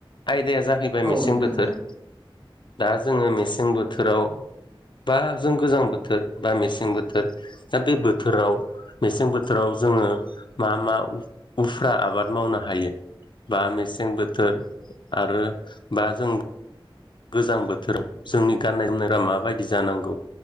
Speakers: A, on the left; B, on the right.
A: आयदाया जाहैबाय
B: औ
A: मेसें
B: नोंथां
A: बोथोर
B: दे
A: दा जोङो मेसें बोथोराव बा जों गोजां बोथोर बा मेसें बोथोर दा बे बोथोराव मेसें बो थोराव जोङो मा मा उफ्रा आबाद मावनो हायो बा मेस मसें बोथोर आरो बा जों गोजां बोथोराव जोंनि गाननाय-जोमनाया माबायदि जानांगौ?